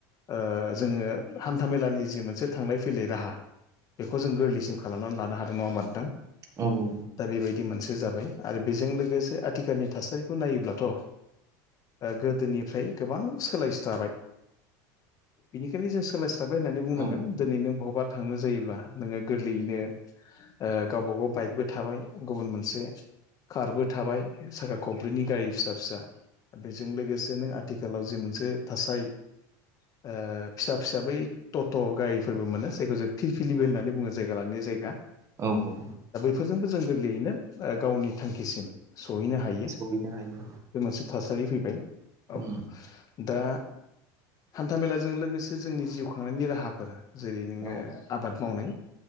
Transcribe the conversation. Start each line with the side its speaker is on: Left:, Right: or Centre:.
Left: ओ जोङो हान्थामेलानि जि मोनसे थांलाय फैलाय राहा बेखौ जों गोरलैसिम खालामनानै लानो हादों नङा नोंथां
Right: औ औ
Left: दा बेबायदि मोनसे जाबाय आरो बेजों लोगोसे आथिखालनि थासारिखौ नायोब्लाथ' ओ गोदोनिफ्राय गोबां सोलायस्राबाय बेनिखायनो जों सोलाय हाबबाय होननानै बुंनांगोन
Right: औ
Left: दिनै नों बहबा थांनो जायोब्ला नोङो गोरलैयैनो ओ गावबा गाव बाइकबो थाबाय गुबुन मोनसे कारबो थाबाय साखा खब्रैनि गारि फिसा फिसा बेजों लोगोसे नो आथिखालाव जे मोनसे थासारि ओ फिसा फिससा बै टट' गारिफोरबो मोनो जायखौ जों फिरफिलिबो होननानै बुङो जायगा लानाय जायगा
Right: औ औ
Left: बेफोरजोंबो जों गोरलैयैनो गावनि थांखिसिम सहैनो हायो
Right: सहैनो हायो
Left: बे मोनसे थासारि फैबाय औ
Right: उम
Left: दा हान्था मेलाजों लोगोसे जोंनि जिउ खांनायनि राहाफोरा जेरै नोङो
Right: औ
Left: आबाद मावनाय